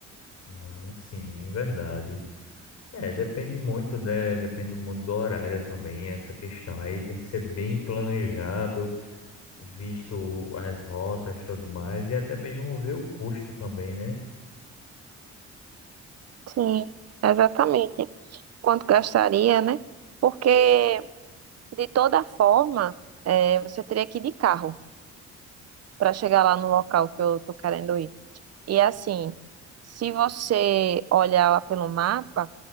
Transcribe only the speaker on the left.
Ah, sim, verdade. É, depende muito, né? Depende muito do horário também, essa questão. Aí tem que ser bem planejado, visto as rotas tudo mais, e até mesmo ver o custo também, né?